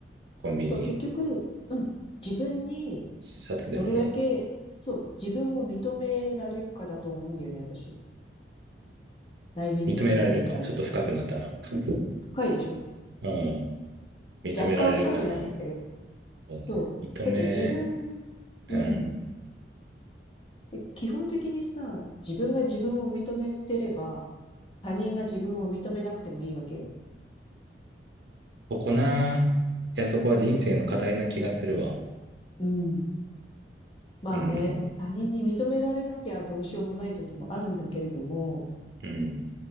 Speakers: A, on the right; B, on the left.
A: コンビニ、
B: そう、結局、うん。自分に
A: シャツでもね。
B: どれだけ、そう、自分を認められるかだと思うんだよね、私。内面的な問題って。
A: 認められるか。ちょっと深くなったな。<laughs>
B: 深いでしょ
A: うん。認められるかな。
B: 若干深くなってきたよ。
A: そうだね。
B: そう。
A: 認め、
B: だって自分、
A: うん。
B: うん。で基本的にさ、自分が自分を認めてれば、他人が自分を認めなくてもいいわけよ。
A: そこな。いや、そこは人生の課題な気がするわ。
B: うん。まあね、
A: うん、
B: 他人に認められなきゃどうしようもない時もあるんだけれども、
A: うん、